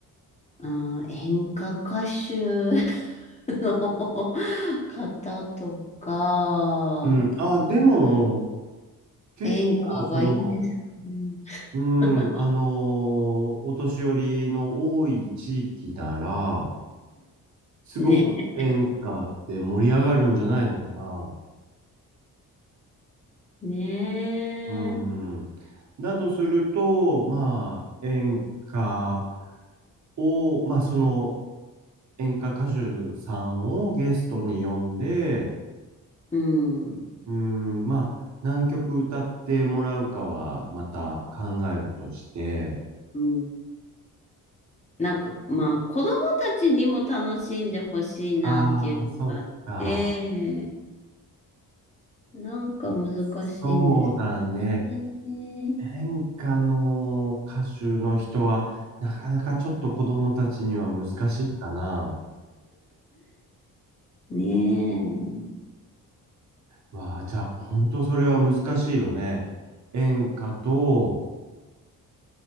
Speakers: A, on the left; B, on the right.
A: あー、演歌歌手 <laughs> の方とか、
B: うん。あ、でも、結構、
A: 演歌がいいんですかね。
B: その、うん、
A: <laughs>
B: あのーお年寄りの多い地域なら、すごく演歌って盛り上がるんじゃないのかな。
A: ね。ねえ。
B: うん。だとすると、まあ、演歌を、まあ、その演歌歌手さんをゲストに呼んで、
A: うん。
B: うーん、まあ、何曲歌ってもらうかはまた考えるとして、
A: うん。なんか、まあ、子供たちにも楽しんでほしいなっていうのがあって、
B: ああ、そっか。
A: なんか難しいんですね。
B: そうだね。演歌の歌手の人は、なかなかちょっと子供たちには難しいかな。
A: ね
B: わあ、じゃあ、本当それは難しいよね。演歌と